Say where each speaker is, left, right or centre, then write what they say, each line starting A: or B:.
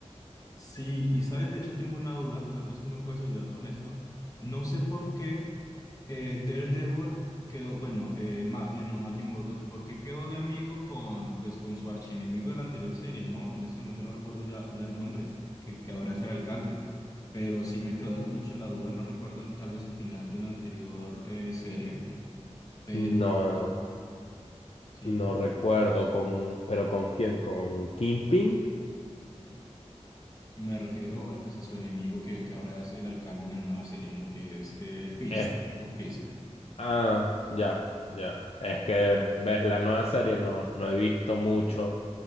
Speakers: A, on the left (about 30°); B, on the left (about 60°).
A: Sí, y sabes, de hecho tengo una duda, tal vez tú me puedes ayudar con esto. No sé por qué eh, Daredevil quedó, bueno, eh, Matthew, no, Matthew Murdock, ¿por qué quedó de amigo con, pues, con su archienemigo de la anterior serie? No, en este momento no recuerdo ya, ya el nombre, que, que ahora es el alcalde, pero sí me quedó el- mucho la duda, no recuerdo el- tal vez el final de la anterior eh, serie, pero
B: No,
A: sí,
B: no recuerdo con, pero ¿con quién? ¿Con Kingpin?
A: me refiero eh, pues a su enemigo que, que ahora es el alcalde de la nueva serie, ¿no? Que es eh, Fisk,
B: Eh,
A: ¿no? Fisk.
B: ah, ya, ya. Es que ves la nueva serie, no, no he visto mucho